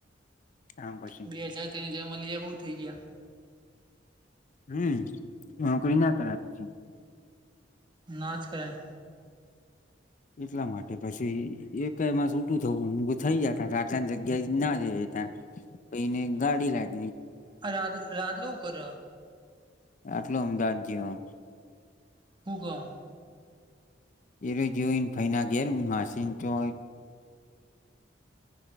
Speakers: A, on the left; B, on the right.
A: આમ પછી
B: બે હાજાર તે હજાર મળીએ બ થઈ ગયા
A: હમ નોકરી ના કરાવ પછી
B: નાચ કરણ
A: એટલા માટે પછી એક મા સુૂટું થવું હ થઇ જ ત આટલાની જગ્યા ના જ ત પને ગાડી લાગ
B: રા રા લવું કર
A: આટલો અમદાવાદ જયો
B: હુકમ
A: એ ર જો ફાઈના ઘેર માસીન તો